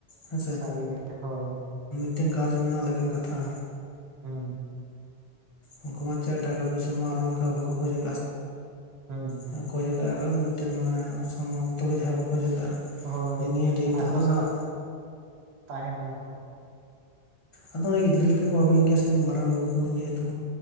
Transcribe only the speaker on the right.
ᱥᱟᱹᱨᱤᱜᱮ ᱦᱳᱭ
ᱦᱮᱸ
ᱦᱩᱸ
ᱦᱳᱭ
ᱟᱠᱚ
ᱥᱟᱞᱟᱜ
ᱛᱟᱦᱮᱱ ᱢᱟᱠᱚ